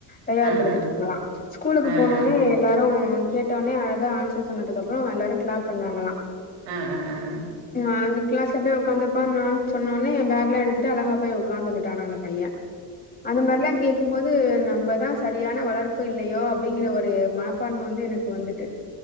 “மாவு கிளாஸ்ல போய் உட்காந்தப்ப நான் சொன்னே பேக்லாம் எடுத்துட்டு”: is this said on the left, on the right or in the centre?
Left